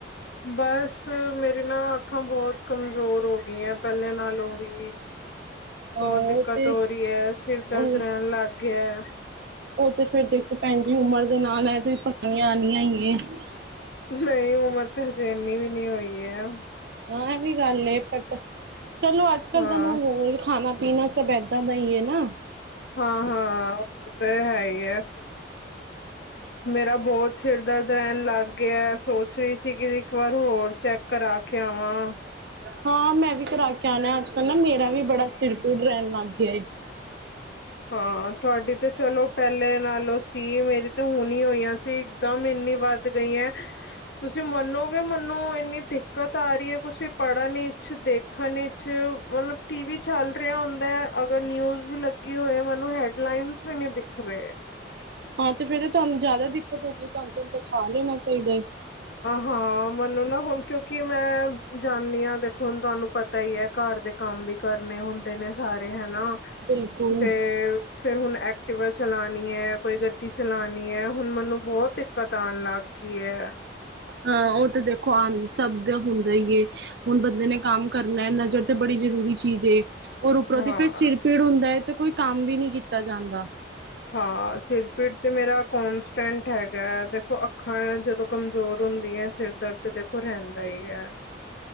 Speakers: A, on the left; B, on the right.
A: ਬਸ ਮੇਰੀ ਨਾ ਅੱਖਾਂ ਬਹੁਤ ਕਮਜ਼ੋਰ ਹੋ ਗਈਆਂ ਪਹਿਲੇ ਨਾਲੋਂ ਵੀ ਬਹੁਤ
B: ਹਾਂ ਉਹ
A: ਦਿੱਕਤ
B: ਤੇ
A: ਹੋ ਰਹੀ ਹੈ ਸਿਰ ਦਰਦ
B: ਉਹ
A: ਰਹਿਣ ਲੱਗ ਗਿਆ।
B: ਉਹ ਤੇ ਫਿਰ ਦੇਖੋ ਪੈਣ ਜੀ ਉਮਰ ਦੇ ਨਾਲ ਐ ਤੇ ਪਰੇਚਣੀਆ ਨੀ ਹੈਗਿਆ ਹੀ ਨ
A: ਨਹੀਂ ਉਮਰ ਤੇ ਹਜੇ ਇੰਨੀ ਵੀ ਨੀ ਹੋਈ ਐ,
B: ਹਾਂ ਇਹ ਵੀ ਗੱਲ ਬਟ ਚਲੋ ਅੱਜ-ਕੱਲ੍ਹ
A: ਹਾਂ।
B: ਦਾ ਮਾਹੌਲ ਖਾਣਾ ਪੀਣਾ ਸਭ ਇਦਾਂ ਏਦਾਂ ਦਾ ਹੀ ਐ ਨਾ
A: ਹਾਂ-ਹਾਂ ਉਹ ਤੇ ਹੈ ਹੀ ਹੈ ਮੇਰਾ ਬਹੁਤ ਸਿਰ ਦਰਦ ਰਹਿਣ ਲੱਗ ਗਿਆ ਸੋਚ ਰਹੀ ਸੀ ਕਿ ਇੱਕ ਵਾਰ ਹੋਰ ਚੈੱਕ ਕਰਾ ਕੇ ਆਵਾਂ
B: ਹਾਂ ਮੈਂ ਵੀ ਕਰਾ ਕੇ ਆਣਾ ਅੱਜ-ਕੱਲ੍ਹ ਨਾ ਮੇਰਾ ਵੀ ਬੜਾ ਸਿਰ ਪਿੜ ਰਹਿਣ ਲੱਗ ਗਿਆ ਐ
A: ਹਾਂ ਤੁਹਾਡੀ ਤੇ ਚਲੋ ਪਹਿਲੇ ਨਾਲੋਂ ਸੀ ਮੇਰੀ ਤੇ ਹੁਣ ਹੋਈਆਂ ਸੀ ਇੱਕਦਮ ਨੀ ਵੱਧ ਗਈ ਹੈ ਤੁਸੀਂ ਮੰਨੋਗੇ ਮਨੋ ਇੰਨੀ ਦਿੱਕਤ ਆ ਰਹੀ ਹੈ ਤੁਸੀਂ ਪੜ੍ਹਨੀ ਇੱਚ ਦੇਖਣ ਇਚ ਮਤਲਬ ਟੀ ਵੀ ਚੱਲ ਰਿਹਾ ਹੁੰਦਾ ਅਗਰ ਨਿਊਜ਼ ਵੀ ਲਗੀ ਕੀ ਹੋਏ ਮੈਨੂੰ ਹੈਡ ਲਈਨ ਵੀ ਨੀ ਦਿਖ ਰਹੇ
B: ਹਾਂ ਤੇ ਫੇਰ ਤੁਹਾਨੂੰ ਜ਼ਿਆਦਾ ਦਿੱਕਤ ਹੋ ਗਈ ਤੁਹਾਨੂੰਹੂੰ ਦਿਖਾ ਲੈਣਾ ਚਾਹੀਦਾ ਹੈ
A: ਹਾਂ ਮੈਨੂੰ ਨਾ ਹੁਣ ਕਿਉਂਕਿ ਮੈਂ ਜਾਂਦੀ ਹਾਂ ਦੇਖੋ ਹੁਣ ਤੁਹਾਨੂੰ ਪਤਾ ਹੀ ਹੈ ਘਰ ਦੇ ਕੰਮ ਕੰਮ ਵੀ ਕਰਨੇ ਹੁੰਦੇ ਨੇ ਸਾਰੇ ਹਨਾ
B: ਬਿਲਕੁਲ
A: ਤੇ ਫੇਿਰ ਹੁਣ ਐਕਟੀਿਵਾ ਚਲਾਉਣੀ ਹੈ ਕੋਈ ਗੱਡੀ ਚਲਾਉਣੀ ਹੈ ਹੁਣ ਮੈਨੂੰ ਬਹੁਤ ਦਿੱਕਤ ਆਉਣ ਲੱਗ ਗੀ ਹੈ
B: ਹਾਂ ਉਹ ਤੇ ਦੇਖੋ ਆ ਸਭ ਦਾ ਹੁੰਦਾ ਈ ਏ ਹੁਣ ਬੰਦੇ ਨੇ ਕੰਮ ਕਰਨਾ ਨਜ਼ਰ ਤੇ ਬ ਬੜੀ ਜ਼ਰੂਰੀ ਚੀਜ਼ ਔਰ ਉੱਪਰੋਂ
A: ਹਾਂ
B: ਦੀ ਫਿਰ ਸਿਰ ਪੀੜ ਹੁੰਦਾ ਹੈ ਤੇ ਕੋਈ ਕੰਮ ਵੀ ਨਹੀਂੀ ਕੀਤਾ ਜਾਂਦਾ
A: ਹਾਂ ਸਿਰ ਪੀੜ ਤੇ ਮੇਰਾ ਕੋਂਸਟੈਂਟ ਹੈਗਾ ਹੈ ਦੇਖੋ ਅੱਖਾਂ ਜਦੋਂ ਕਮਜ਼ੋਰ ਹੁੰਦੀਆਂ ਸਿਰ ਦਰਦ ਤੇ ਦੇਖੋ ਰਹਿੰਦਾ ਹੀ ਹੈ